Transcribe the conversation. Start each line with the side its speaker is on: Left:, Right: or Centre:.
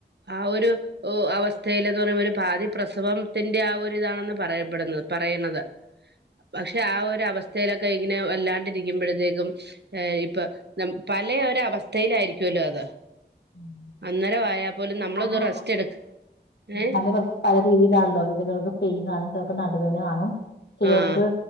Right: ആ ഒരു ഓ അവസ്ഥയിയില എന്ന് പറയുമ്പോ ഒരു പാതി പ്രസവത്തിന്റെ ആ ഒരുരിതാണെന്ന് പറയപ്പെടുന്നത് പറയുന്നത് പക്ഷെ ആ ഒരവസ്ഥയിലൊക്കെ ഇങ്ങനെ വല്ലാണ്ടിരിക്കുമ്പോഴത്തേക്കും ഇപ്പ നമ്പല ഒരവസ്ഥയിലായിരിക്കുമല്ലോ അത്
Left: ഉം
Right: അന്നേരമായാൽ പോലും നമ്മളെ
Left: പല
Right: ഇത
Left: ആൾക്കാർക്കും
Right: റസ്റ്റ് എടുക്ക ഏഹ്
Left: പലവർക്കും പല രീതിയിലാണല്ലോ ചിലർക്ക് പെയിൻ കാണും ചിലർക്ക് നടുവേന കാണും ചിലവർക്ക്
Right: ആഹ്